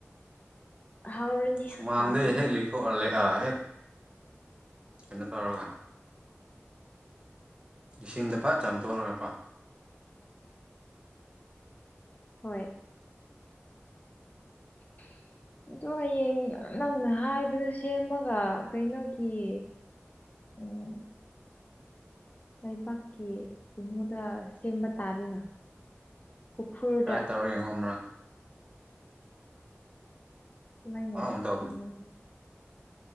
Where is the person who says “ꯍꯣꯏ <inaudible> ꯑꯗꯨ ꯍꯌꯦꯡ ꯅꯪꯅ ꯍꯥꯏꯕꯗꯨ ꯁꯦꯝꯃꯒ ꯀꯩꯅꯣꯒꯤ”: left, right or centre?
Left